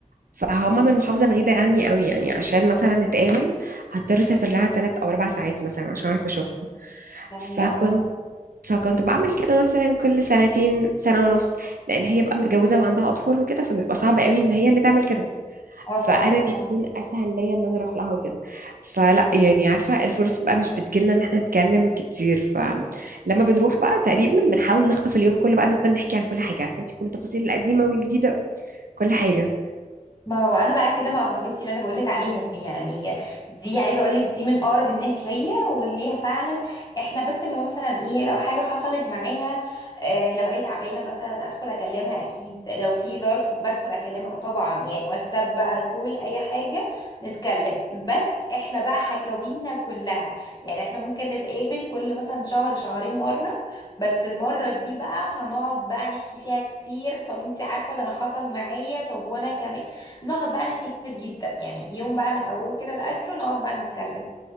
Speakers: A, on the right; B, on the left.
A: فهما من محافظة بعيدة عني قوي يعني عشان مثلا نتقابل هضطر اسافر لها تلات او اربع ساعات مثلا عشان اعرف اشوفها
B: يعني
A: فكنت
B: اه
A: فكنت بعمل كده مثلا كل سنتين سنة ونص لأن هي بقى متجوزة وعندها أطفال وكده فبيبقى صعب قوي إن هي اللي تعمل كده
B: اه
A: فأنا
B: طبعا
A: بيكون أسهل ليا إن أنا أروح لها وكده فلا
B: اه
A: يعني عارفة الفرصة بقى مش بتجيلنا إن احنا نتكلم كتير فلما بنروح بقى تقريبا بنحاول نخطف اليوم كله بقى نفضل نحكي عن كل حاجة عارفة أنت كل التفاصيل القديمة والجديدة كل حاجة
B: ما هو انا بقى كده مع صاحبتي اللي انا بقولك عليها دي يعني دي عايزه اقولك دي من اقرب الناس ليا وهي فعلا احنا بس اللي هو مثلا ايه لو حاجه حصلت معاها آه لو هي تعبانه مثلا ادخل اكلمها اكيد لو في ظرف بدخل اكلمها طبعا يعني واتساب بقى كول اي حاجه نتكلم بس احنا بقى حكاوينا كلها يعني احنا ممكن نتقابل كل مثلا شهر شهرين مره بس المرة دي بقى هنقعد بقى نحكي فيها كتير طب انتي عارفة ده انا حصل معايا طب وانا كمان نقعد بقى نحكي كتير جدا يعني يوم بقى من اوله كده لاخره نقعد بقى نتكلم